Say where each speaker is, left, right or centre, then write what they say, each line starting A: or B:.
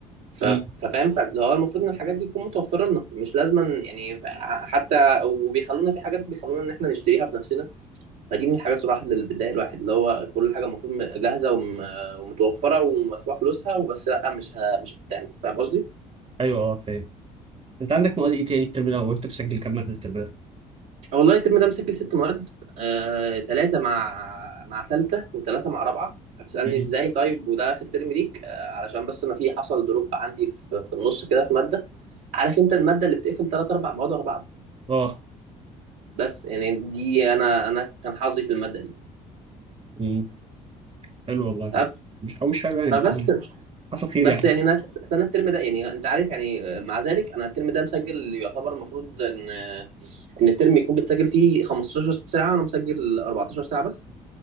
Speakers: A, on the right; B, on the right.
A: ف-
B: مم.
A: ففاهم فاللي هو المفروض ان الحاجات دي تكون متوفره لنا مش لازما يعني ح- حتى وبيخلونا في حاجات بيخلونا ان احنا نشتريها بنفسنا فدي من الحاجات صراحة اللي بتضايق الواحد اللي هو كل حاجة المفروض م- جاهزة وم- ومتوفرة ومدفوع فلوسها وبس لأ مش ه... مش هتتعمل فاهم قصدي؟
B: ايوه اه فاهم انت عندك مواد ايه تاني الترم ده وانت بتسجل كام ماده الترم ده؟
A: والله الترم ده مسجل ست مواد آه... تلاتة مع مع تالتة وتلاتة مع رابعة هتسألني
B: مم.
A: ازاي طيب وده آخر ترم ليك آه... علشان بس أنا في حصل دروب عندي في, في النص كده في مادة عارف أنت المادة اللي بتقفل تلات أربع مواد ورا بعض
B: اه
A: بس يعني دي أنا أنا كان حظي في المادة دي
B: مم. حلو والله
A: ف-
B: يعني. مش او مش حلو يعني بت-
A: فبس
B: مم. حصل خير
A: بس
B: يعني
A: يعني انا بس انا الترم ده يعني انت عارف يعني مع ذلك انا الترم ده مسجل يعتبر المفروض ان ان الترم يكون بتسجل فيه 15 ساعه وانا مسجل 14 ساعه بس